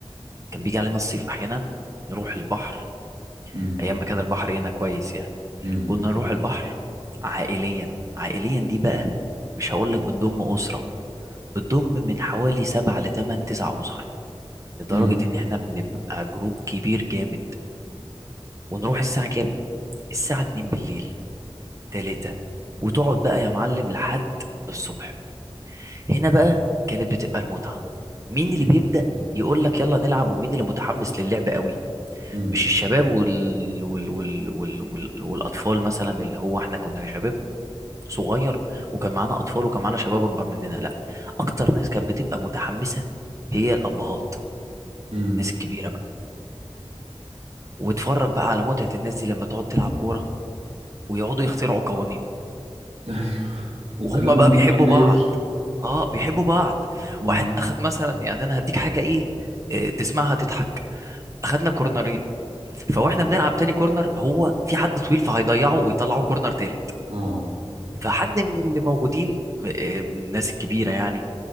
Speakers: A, on the right (about 30°); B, on the right (about 80°).
A: كان بيجي علينا الصيف احيانا نروح البحر
B: مم.
A: ايام ما كان البحر هنا كويس يعني
B: مم.
A: كنا نروح البحر عائليا عائليا دي بقى مش هقول لك بتضم اسره بتضم من حوالي سبعة لتمن تسع اسر لدرجه
B: امم
A: ان احنا بنبقى جروب كبير جامد ونروح الساعه كام الساعه 2 بالليل 3 وتقعد بقى يا معلم لحد الصبح هنا بقى كانت بتبقى المتعه مين اللي
B: امم
A: بيبدا يقول لك يلا نلعب ومين اللي متحمس للعب قوي
B: امم
A: مش الشباب وال... وال... وال... وال... وال... والاطفال مثلا اللي هو احنا كنا شباب صغير وكان معانا اطفال وكان معانا شباب اكبر مننا لا اكتر ناس كانت بتبقى متحمسه هي الابهات
B: امم
A: الناس الكبيره بقى واتفرج بقى على متعه الناس دي لما تقعد تلعب كوره ويقعدوا يخترعوا قوانين
B: ايوه وكلامهم
A: وهم بقى بيحبوا
B: هو اللي
A: بعض
B: يمشي
A: اه بيحبوا بعض
B: امم
A: واحد اخد مثلا يعني انا هديك حاجه ايه آه، تسمعها تضحك اخدنا كورنرين فواحنا بنلعب تاني كورنر هو في حد طويل فهيضيعه ويطلعه كورنر تالت
B: اه
A: فحد من اللي موجودين آه، آه، من الناس الكبيره يعني